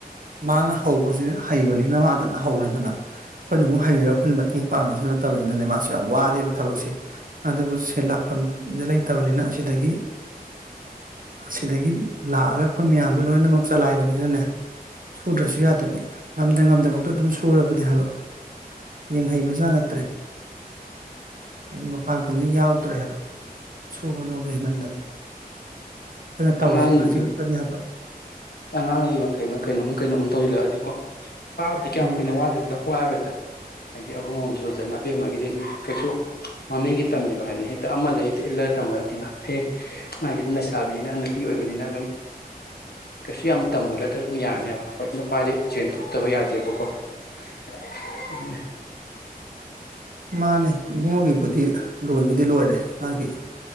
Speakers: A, on the right; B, on the left.
A: ꯃꯥꯅ ꯍꯧꯕꯁꯨ ꯍꯩꯕꯅꯤꯅ ꯃꯥꯗꯅ ꯍꯧꯔꯦꯗꯅ ꯑꯩꯈꯣꯏꯅ ꯑꯃꯨꯛ ꯍꯩꯔꯒ ꯑꯩꯈꯣꯏꯅ ꯃꯇꯦꯡ ꯄꯥꯡꯉꯦꯁꯨ ꯅꯠꯇꯕꯅꯤꯅꯅꯦ ꯃꯥꯁꯨ ꯌꯥꯝ ꯋꯥꯔꯦꯕ ꯊꯕꯛꯁꯦ ꯑꯗꯨꯕꯨ ꯁꯦ ꯂꯥꯛꯐꯝꯗꯤ ꯂꯩꯇꯕꯅꯤꯅ ꯑꯁꯤꯗꯒꯤ ꯑꯁꯤꯗꯒꯤ ꯂꯥꯛꯑꯒ ꯑꯩꯈꯣꯏ ꯃꯌꯥꯝꯁꯨ ꯂꯣꯏꯅꯃꯛ ꯆꯂꯥꯏꯕꯅꯤꯅꯅꯦ ꯁꯨꯗ꯭ꯔꯁꯨ ꯌꯥꯗꯕꯤ ꯉꯝꯗ ꯉꯝꯗꯕꯧꯗ ꯑꯗꯨꯝ ꯁꯨꯔꯕꯅꯦ ꯍꯥꯏꯕ ꯌꯦꯡꯍꯩꯕꯖꯥꯠ ꯅꯠꯇ꯭ꯔꯦ ꯃꯄꯥꯟ ꯀꯟꯗ ꯌꯥꯎꯗ꯭ꯔꯦ ꯍꯥꯏꯕ ꯁꯨꯕ ꯅꯣꯝꯕ ꯍꯦꯟꯃꯟꯗꯅ ꯑꯗ ꯇꯧꯔꯤꯁꯤ
B: ꯑꯉꯥꯡ ꯅꯨꯕꯤ
A: ꯈꯖꯤꯛ ꯈꯛꯇꯅꯦ ꯍꯥꯏꯕ
B: ꯑꯉꯥꯡꯒꯤ ꯃꯈꯩꯅ ꯀꯩꯅꯣꯝ ꯀꯩꯅꯣꯝ ꯀꯩꯅꯣꯝ ꯇꯧ ꯖꯤꯜꯂꯛ ꯑꯗꯤꯀꯣ ꯋꯥꯕꯥꯕꯨꯗꯤ ꯀꯌꯥꯝ
A: ꯎꯝ
B: ꯀꯨꯏꯅ ꯋꯥꯗꯣꯏꯅꯣꯗ ꯋꯥꯔꯣꯏꯗ ꯍꯥꯏꯗꯤ ꯑꯕꯨꯡꯒꯤꯁꯨ ꯁꯜꯖꯅꯤ ꯑꯕꯦꯝꯃꯒꯤꯗꯤ ꯑꯗꯨꯨꯝ ꯀꯩꯁꯨ ꯃꯃꯤꯡꯒꯤ ꯇꯝꯃꯤꯕ ꯍꯥꯏꯗꯨꯅꯤ ꯍꯦꯛꯇ ꯑꯃꯗ ꯍꯦꯛꯇ ꯏꯜꯂꯒ ꯇꯝꯕ ꯅꯠꯇꯦꯅ ꯍꯌꯦꯡ ꯃꯥꯒꯤ ꯑꯗꯨꯝ ꯂꯩꯁꯥꯕꯤꯅꯤꯅ ꯅꯨꯄꯤ ꯑꯣꯏꯕꯅꯤꯅ ꯑꯗꯨꯝ ꯀꯩꯁꯨ ꯌꯥꯝ ꯇꯝꯃꯨꯗ꯭ꯔ ꯑꯗꯨꯝ ꯌꯥꯔꯅꯦꯕ ꯍꯣꯏ ꯅꯨꯄꯥꯗꯤ ꯁꯦꯟꯊꯣꯛꯇꯕ ꯌꯥꯗꯦꯕꯀꯣ ꯑꯗꯨ
A: ꯃꯥꯅꯦ ꯏꯕꯨꯡꯉꯒꯤꯕꯨꯗꯤ ꯂꯣꯏꯕꯨꯗꯤ ꯂꯣꯏꯔꯦ ꯃꯥꯒꯤ